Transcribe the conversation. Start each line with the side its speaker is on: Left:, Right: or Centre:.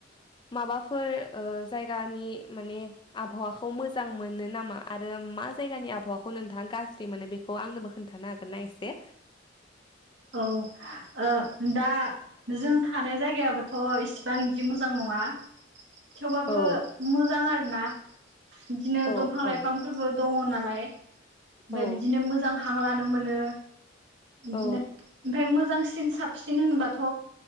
Left: माबाफोर ओ जायगानि माने आभावाखौ मोजां मोनो नामा आरो मा जायगानि आबहावाखौ नोंथाङा गाज्रि मोनो बेखौ आंनोबो खोन्थानो हागोनना एसे
Right: औ ओ दा जों थानाय जायगायाबोथ' इसिबां इदि मोजां नङा थेवबाबो
Left: औ
Right: मोजां आरो ना बिदिनो
Left: औ
Right: दंफां
Left: औ
Right: लाइफांफोरबो दङ' ना लाय ओमफाय
Left: औ
Right: बिदिनो मोजां हां लानो मोनो बिदिनो
Left: औ
Right: ओमफाय मोजांसिन साबसिन होनबाथ'